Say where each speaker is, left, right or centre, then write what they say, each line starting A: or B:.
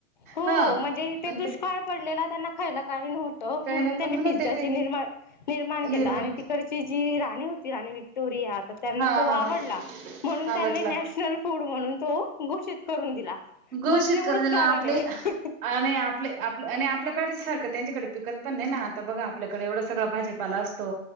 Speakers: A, on the left; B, on the right.
A: हो
B: हां.
A: म्हणजे ते
B: आणि
A: दुष्काळ पडलेला त्यांना खायला काही नव्हतं
B: काही
A: म्हणून
B: नव्हतं
A: त्यांनी पिझ्झाची
B: ते ते
A: निर्माण निर्माण केला
B: निर्मा
A: आणि तिकडची जी राणी होती आणि विक्टोरिया तर त्यांना
B: हां,
A: तो
B: हां,
A: आवडला
B: हां.
A: म्हणून त्यांने
B: आवडला.
A: नाश ड म्हणून तो घोषित करून दिला
B: घोषित
A: बस एवढंच
B: करून दि
A: कारण
B: आपले
A: आहे
B: आणि आपले आप आणि आपल्याकडे सारखं त्यांच्याकडे पिकत पण नाही आता बघा आपल्याकडे एवढा सगळा भाजीपाला असतो